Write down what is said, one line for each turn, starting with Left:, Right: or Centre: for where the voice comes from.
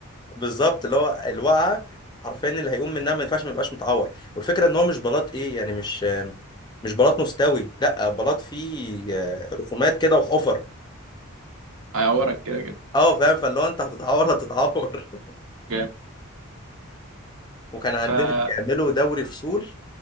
Left: بالظبط اللي هو الوقعه حرفيا اللي هيقوم منها ما ينفعش ما يبقاش متعور والفكره ان هو مش بلاط ايه يعني مش مش بلاط مستوي لا بلاط فيه آه، رسومات كده وحفر
Right: هيعورك كده كده
Left: اه فاهم فاللي هو انت هتتعور هتتعور
Right: جامد.
Left: <laughs> وكان عندنا
Right: فا
Left: بيعملوا دوري فصول